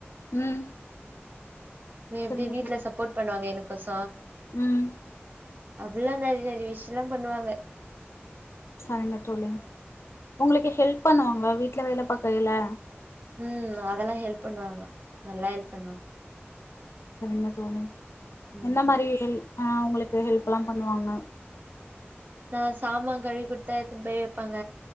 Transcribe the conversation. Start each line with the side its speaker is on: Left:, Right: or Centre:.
Left: ம்
Right: மே
Left: சரிங்க
Right: பி வீட்ல
Left: தோழி.
Right: சப்போர்ட் பண்ணுவாங்க எனக்கோச
Left: ம்
Right: அதெல்லா நறைய நறைய விஷயல்லா பண்ணுவாங்க
Left: சரிங்க தோழி உங்களுக்கு ஹெல்ப் பண்ணுவாங்கள வீட்ல வேல பாக்கைல
Right: ம் அதெல்லா ஹெல்ப் பண்ணுவாங்க நல்லா ஹெல்ப் பண்ணுவாங்க
Left: சரிங்க தோழி
Right: ம்
Left: எந்த மாரி ஹெல் அ உங்களுக்கு ஹெல்ப்ல்லா பண்ணுவாங்க
Right: நான் சாமான் கழுவி குடுத்தா எடுத்துன்னு போய் வப்பாங்க